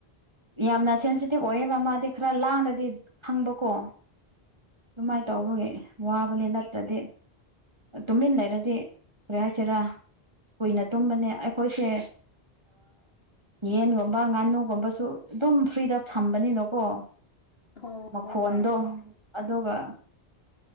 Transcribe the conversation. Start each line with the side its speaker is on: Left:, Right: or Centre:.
Right: ꯌꯥꯝꯅ ꯁꯦꯟꯁꯤꯇꯤꯞ ꯑꯣꯏꯌꯦꯕ ꯃꯥꯗꯤ ꯈꯔ ꯂꯥꯡꯂꯗꯤ ꯈꯪꯕꯀꯣ ꯑꯗꯨꯃꯥꯏꯅ
Left: ꯎꯝ
Right: ꯇꯧꯕꯒꯤ ꯋꯥꯕꯅꯤ ꯅꯠꯇ꯭ꯔꯗꯤ ꯇꯨꯝꯃꯤꯟꯅ ꯂꯩꯔꯗꯤ ꯀꯔꯤ ꯍꯥꯏꯁꯤꯔꯥ ꯀꯨꯏꯅ ꯇꯨꯝꯕꯅꯦ ꯑꯩꯈꯣꯏꯁꯦ ꯌꯦꯟꯒꯨꯝꯕ ꯉꯥꯅꯨꯒꯨꯝꯕꯁꯨ ꯑꯗꯨꯝ ꯐ꯭ꯔꯤꯗ ꯊꯝꯕꯅꯤꯅꯀꯣ
Left: ꯍꯣꯏ
Right: ꯃꯈꯣꯟꯗꯣ
Left: ꯍꯣꯏ
Right: ꯑꯗꯨꯒ